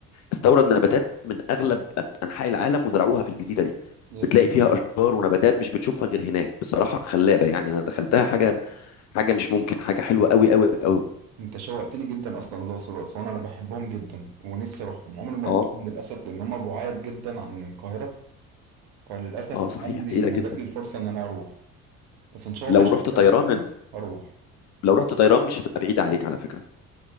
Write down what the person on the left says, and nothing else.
استورد نباتات من اغلب أن- انحاء العالم وزرعوها في الجزيره دي
بتلاقي
فيها اشجار ونباتات مش بتشوفها غير هناك بصراحه خلابه يعني انا دخلتها حاجه حاجه مش ممكن حاجه حلوه قوي قوي قوي
اه
اه صحيح
بعيده
جدا
لو
رحت طيران
لو رحت طيران مش هتبقى بعيده عليك على فكره